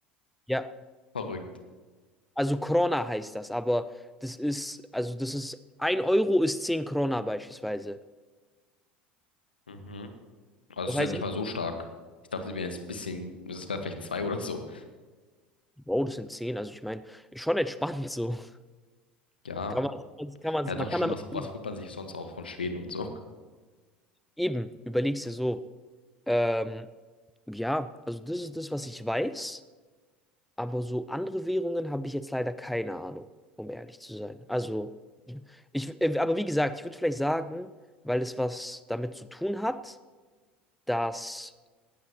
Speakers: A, in the centre; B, on the left.
A: Ja,
B: Verrückt.
A: also Krona heißt das, aber das ist, also das ist, ein Euro ist 10 Krona beispielsweise.
B: Mhm. Also
A: Das
B: es ist
A: heißt,
B: ja nicht
A: echt,
B: mal so stark. Ich dachte, wir wären jetzt ein bisschen, es wäre vielleicht zwei oder so.
A: Bro, das sind 10. Also ich meine, ist schon entspannt so. <laughs>
B: Ja.
A: Kann man, kann man,
B: Ja, doch,
A: man kann
B: stimmt,
A: damit
B: was,
A: leben.
B: was holt man sich sonst auch von Schweden und so?
A: eben, überlegst dir so, ähm, ja, also das ist das, was ich weiß, aber so andere Währungen habe ich jetzt leider keine Ahnung, um ehrlich zu sein. Also, ich, äh, aber wie gesagt, ich würde vielleicht sagen, weil es was damit zu tun hat, dass